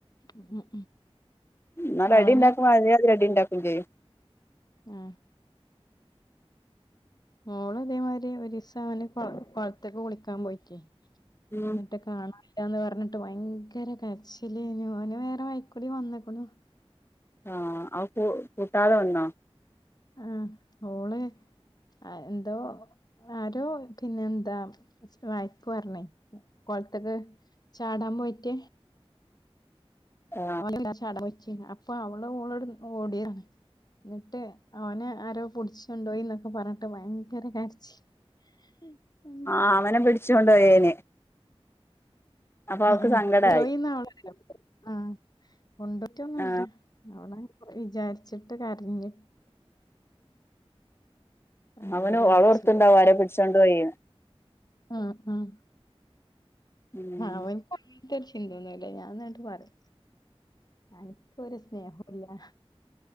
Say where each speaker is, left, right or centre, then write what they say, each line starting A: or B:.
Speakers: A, on the left; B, on the left.
A: ഉം ഉം
B: ന്നാല്
A: അവന്
B: അടി ഇണ്ടാക്കുമ്പ അതെ മാതിരി അടി ഇണ്ടാക്കും ചെയ്യും
A: ആ മോള് ഇതേ മാതിരി ഒരീസം അവന് കോൾ കോൾത്ത്ക്ക് കുളിക്കാം പോയിറ്റേ
B: ചെയ്യും
A: ന്നിട്ടക് കാണാല്ലാന്ന് പർഞ്ട്ട് ഭയങ്കര കര്ച്ചിലെനു ഓന് വേറെ വൈക്കൂടി വന്ന്ക്ണു
B: ആ ഔ കു കൂട്ടാത വന്നോ
A: ആ ഓള് എന്തോ ആരോ പിന്നെ എന്താ വയക്ക് പർഞ്ഞ് കൊൾത്ത്ക്ക് ചാടാം പോയിറ്റ്
B: ആ
A: ഓലല്ലാം ചാടാം പോയിച്ച് അപ്പൊ അവള് ഓളട് ഓടിയതാണ് ന്നട്ട് ഓനെ ആരോ പുട്ച്ചൊണ്ടോയി ന്നൊക്ക പർഞ്ഞിട്ട് ഭയങ്കര കര്ച്ചില് <inaudible>
B: ആ അവനെ പിടിച്ചോണ്ട് പോയേന്. അപ്പൊ അവക്ക്
A: അ ആ
B: സങ്കടായി
A: കൊണ്ടോയിന്നാ ഓള് പറി ണ ആ കൊണ്ടോയിറ്റൊന്നുല്ല.
B: ആ
A: അവള് വിചാരിച്ചിട്ട് കരഞ്ഞ് ഭയങ്കര
B: അവന് അവളോർത്തുണ്ടാവും
A: കരച്ചിലായിരുന്നു.
B: ആരെ പിടിച്ചുകോണ്ട് പോയിന്ന്.
A: ആഹ് ആഹ്,
B: ഉം
A: അവൻ <unintelligible> ചിന്തയിന്നലെ ഞാൻ ഇന്ന്ട്ട് പറിയ. അനക്ക് ഒരു സ്നേഹവുംല്ല